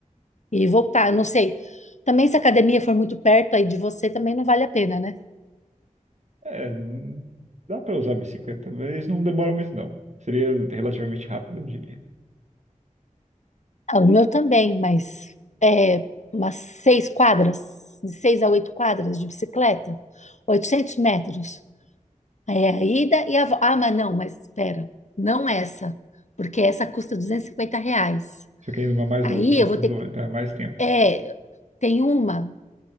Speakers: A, on the left (about 60°); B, on the right (about 60°).
A: e voltar, eu não sei. Também se a academia for muito perto aí de você, também não vale a pena, né?
B: é, hum, dá pra usar a bicicleta, mas não demora muito, não. Seria relativamente rápido, eu diria.
A: Ah, o meu também, mas é umas seis quadras, de seis a oito quadras de bicicleta, 800 metros. É a ida e a volta. Ah, mas não, mas espera, não essa, porque essa custa 250 reais.
B: Só que indo mais
A: Aí
B: longe, tá
A: eu
B: mais
A: vou ter
B: longe,
A: que.
B: tá mais tempo.
A: É, tem uma